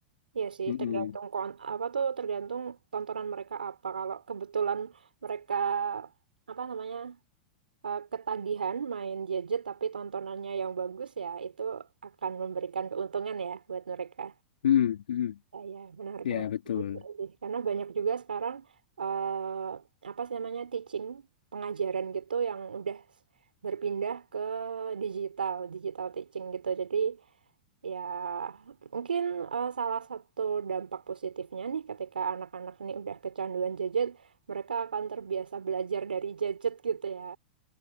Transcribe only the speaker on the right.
Iya sih
tergantung kon apa tuh tergantung tontonan mereka apa. Kalau kebetulan mereka apa namanya eh, ketagihan main gadget tapi tontonannya yang bagus ya itu akan memberikan keuntungan ya buat mereka.
Ah, ya, menarik,
menarik
Betul sih. Karena banyak juga sekarang eh, apa sih namanya teaching pengajaran gitu yang udah berpindah ke digital, digital teaching gitu. Jadi ya mungkin eh, salah satu dampak positifnya nih ketika anak-anak ini udah kecanduan gadget, mereka akan terbiasa belajar dari gadget gitu ya.